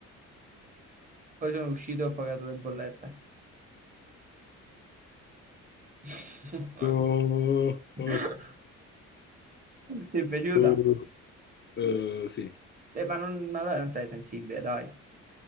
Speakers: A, on the right (about 25°); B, on the left (about 40°).
A: Poi sono uscito e ho pagato le bollette. <laughs>
B: Oh, oh,
A: Ti è piaciuta?
B: oh. Eh, sì,
A: Eh, ma, non, ma allora non sei sensibile, dai.